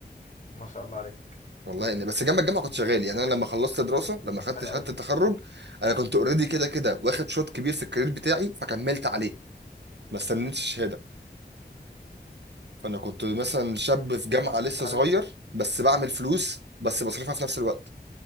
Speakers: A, on the left; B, on the right.
A: ما شاء الله عليك
B: والله اني بس جنب الجامعه كنت شغال يعني انا لما خلصت دراسه لما
A: أمم،
B: خدت
A: حلو
B: شهاده
A: قوي
B: التخرج انا كنت اوريدي كده كده واخد شوط كبير في الكارير بتاعي فكملت عليه ما استنيتش شهاده فانا كنت مثلا شاب في
A: أمم،
B: جامعه لسه
A: انت عارف
B: صغير بس بعمل فلوس بس بصرفها في نفس الوقت